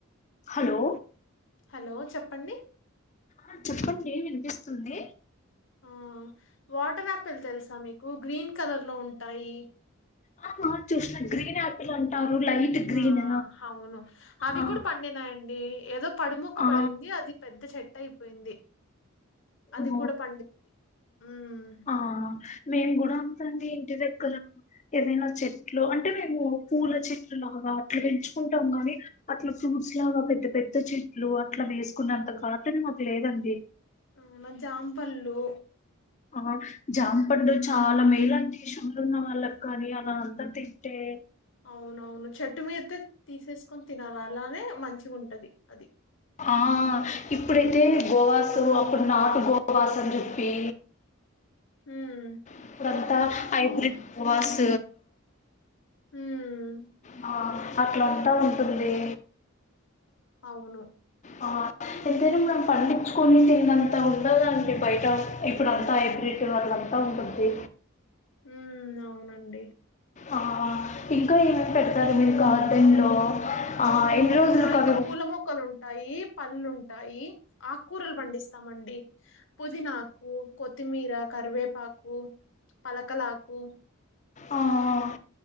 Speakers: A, on the left; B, on the left.
A: హలొ
B: హలో చెప్పండి
A: ఆ చెప్పండి వినిపిస్తుంది
B: ఆ వాటర్ ఆపిల్ తెలుసా మీకు గ్రీన్ కలర్ లొ ఉంటాయి
A: ఆ హ చుశిన గ్రీన్ ఆపిల్ అంటారు లైట్ గ్రీన్
B: ఆ హవును అవి
A: ఆ
B: కూడ పండినాయండి ఏదొ పడుముక్క
A: ఆ
B: పడింది అది పెద్ద చెట్టు అయిపోయింది అది
A: ఓ
B: కూడా పండి ఉమ్
A: ఆ మేమ్ కూడ ఇంటి దగ్గర ఏదైన చెట్లు అంటే మేము పూల చెట్లు లాగా అట్లు పెంచుకుంటం గాని అట్ల ఫ్రూ ముస్లగ పెద్ద పెద్ద చెట్లు అట్ల వేసుకున్నంత గార్డెన్ మాక్ లెదండి
B: ఔన జాంపన్లు
A: ఆ జాంపండు చాలా మేలుఅ షుగరున్న వాళ్ళ కానీ అలా అంత తిట్టె
B: అవునవును చెట్టు మీదతే తీసేసుకొని తినలే అలనే మంచిగుంటది అది
A: ఆ ఇప్పుడైతె గోవసు అప్పుడు నార్ట్ గోవాస్ అని చెప్పి
B: ఉమ్
A: ఇప్పుడంతా హైబ్రిడ్
B: ఇం
A: ప్రోస్
B: ఉమ్
A: ఆ అట్లాంట ఉంటుంది
B: అవును
A: ఆహ్ ఎంతైనా మనం పండించుకొని తిన్నంతా ఉండదాండి బయట ఇప్పుడంతా హైబ్రిట్ వళ్ళాంత బ ఉంటుంది
B: హు మ్ అవునండి
A: ఆ ఇంకా ఏమేమి పెడతారు మీరు గార్డెన్ లో ఆ ఎన్ని రోజులకు
B: ఆ ఇంకా
A: అవి
B: పూల మొక్కలుంటాయి పళ్లుంటాయి ఆక్కూరలు పండిస్తామండి పుదీనాకు కొత్తిమీర కర్ కరివేపాకూ పలకలాకూ
A: ఆ ఆ